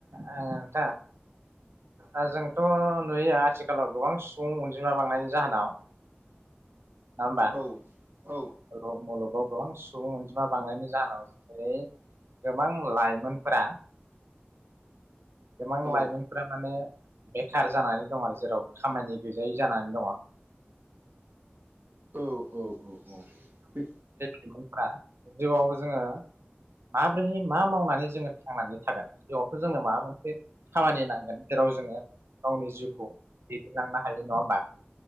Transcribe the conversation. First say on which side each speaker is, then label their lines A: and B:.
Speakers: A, on the right; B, on the right.
A: ए नोंथां ओ जोंथ नुयो आथिखालाव गोबां सुबुं अनजिमा बांनायनि जाहोनाव नङा होमबा
B: औ औ
A: <unintelligible> ओ गोबां सुबुं अनजिमा बांनायनि जाहोनाव जेरै गोबां लाइमोनफोरा गोबां
B: औ
A: लाइमोनफोरा माने बेखार जानानै दं आरो जेराव खामानि गैजायै जानानै दङ
B: औ औ औ औ बे
A: सुबुंफोरा जिउआव जोङो माब्रैहाय मा मावनानै जोङो थांनानै थागोन जिउआवथ जोंनो माबा मोनसे खामानि नांगोन जेराव जोङो गावनि जिउखौ दैदेनलांनो हायो नङा होमबा